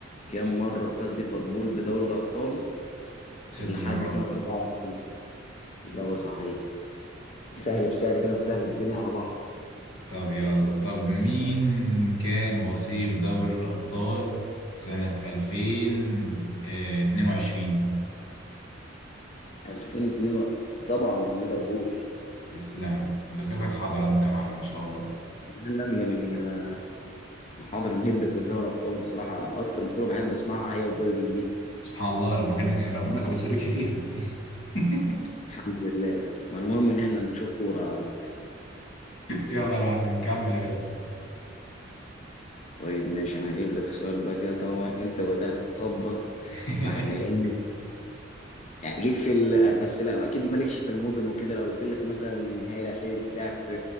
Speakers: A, on the left; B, on the left.
A: كام مرة فاز ليفربول بدوري الأبطال
B: ست
A: لحد
B: مرات
A: سنة 24 إجابة صحيحة سهل بسهل كده نسهل الدنيا على بعض
B: طب يلا طب مين كان وصيف دوري الأبطال سنة 2022
A: 2002 و... طبعا ليفربول
B: تسلم ذاكرتك حاضرة أنت يا معلم ما شاء الله
A: لا لا، أنا من أنا حاضر جدا في دوري الأبطال بصراحة أكتر بطولة بحب أسمعها هي الدوري الإنجليزي
B: سبحان الله رغم انك رغم انك ما بتشاركش فيها <laughs>
A: الحمد لله ما المهم إن إحنا نشوف كورة
B: يلا يا معلم كمل يا باشا
A: طيب ماشي أنا هجيب لك سؤال بقى كده طالما أنت بدأت تخبط
B: <laughs>
A: فإحنا إيه يعني ليك في ال... بس لا اكيد مالكش في المدن وكده لو قلت لك مثلا النهائي الاخير اتلعب في